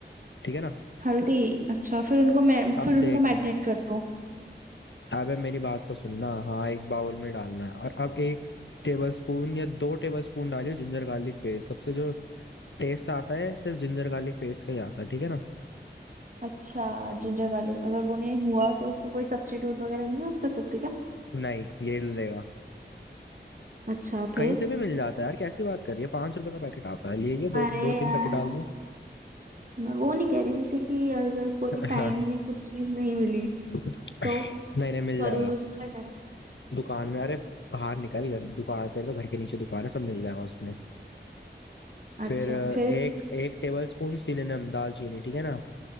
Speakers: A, on the left; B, on the right.
A: ठीक है ना
B: हल्दी अच्छा फिर उनको मैं फिर
A: अब देख
B: उनको मैरिनेट कर दो
A: अबे मेरी बात तो सुनना हाँ एक बाउल में डालना है और अब एक टेबल स्पून या दो टेबल स्पून डालियो जिंजर गार्लिक पेस्ट सबसे जो टेस्ट आता है सिर्फ जिंजर गार्लिक पेस्ट का ही आता है ठीक है ना
B: अच्छा जिंजर गार्लिक अगर वो नहीं हुआ तो उसको कोई सब्स्टिट्यूट वगैरह नहीं यूज कर सकते क्या
A: नहीं ये लेगा
B: अच्छा फिर
A: कहीं से भी मिल जाता है यार कैसी बात कर रही है पांच रुपए का पैकेट आता है ले ये दो
B: अरे
A: दो तीन
B: यार
A: पैकेट डाल दो
B: मैं वो नहीं कह रही जैसे कि अगर कोई टाइमली
A: हाँ।
B: कुछ चीज नहीं मिली
A: <laughs>
B: तो
A: नहीं नहीं
B: सॉरी
A: मिल जाएगा
B: यूज हो सकता है क्या
A: दुकान में अरे बाहर निकल घर दुकान तेरे तो घर के नीचे दुकान है सब मिल जाएगा उसमें
B: अच्छा
A: फिर अ,
B: फिर
A: एक एक टेबल स्पून सिनेनम दालचीनी ठीक है ना